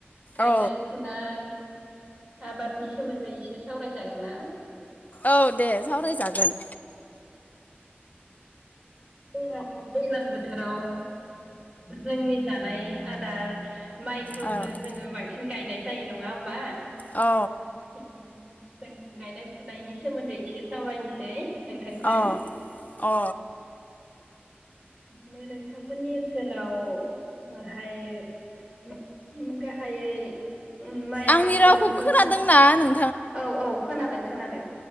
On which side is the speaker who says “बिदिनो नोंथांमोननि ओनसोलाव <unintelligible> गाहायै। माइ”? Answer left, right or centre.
Right